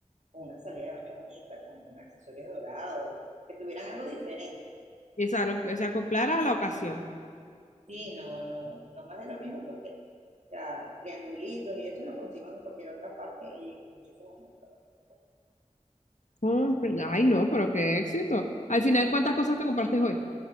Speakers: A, on the right; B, on the left.
A: con una salida de baño bonita, con accesorios dorados, que tuvieran algo diferente.
B: Exacto, que se acoplara a la ocasión.
A: Sí, no, no, no más de lo mismo porque ya triangulitos y eso lo consigo en cualquier otra parte y muchísimo más económico. pues.
B: Compre- Ay, no, pero qué éxito. Al final, ¿cuántas cosas te compraste hoy?